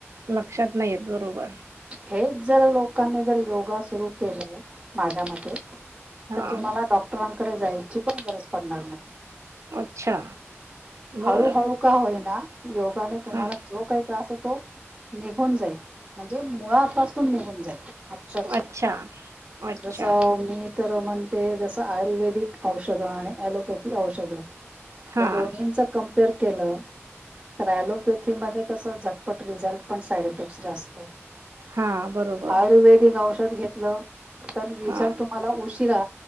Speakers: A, on the right; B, on the right.
A: -लक्षात नाहीे येत बरोबर
B: हेच जर <unintelligible> लोकांनी जर योगा सुरू केल माझ्या मते
A: हां
B: तर तुम्हाला डॉक्टरां <inaudible> जायची पण गरज पडणार नाही
A: अच्छा
B: हाळू
A: बरं
B: हाळु काय्ये ना योगाने तुम्हाला
A: हां
B: जो काही त्रास होतो निघून जाईल म्हणजे मुळापासून निघून जाईल अक्षरश
A: अच्छा अच्छा
B: जस मी तर म्हणते जसं आयुर्वेदिक औषधं आणि ॲलोपॅथी औषधं
A: हां
B: या दोन्ंचा क र केलं कयलो प ध्ये कसं झटपट रिझल्ट पण साईड इफेक्ट् जास्त आहे
A: हां बरोबर
B: आयुर्वेदिक औषध घेतलं तर रिझल्ट
A: हां
B: तुम्हाला उशीिरा